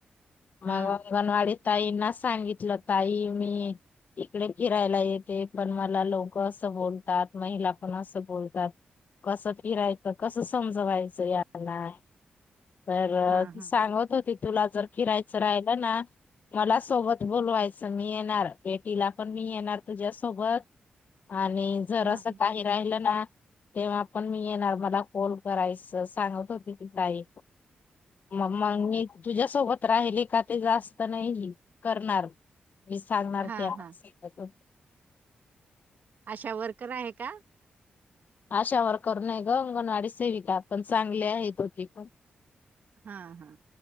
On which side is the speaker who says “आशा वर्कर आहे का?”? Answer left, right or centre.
Right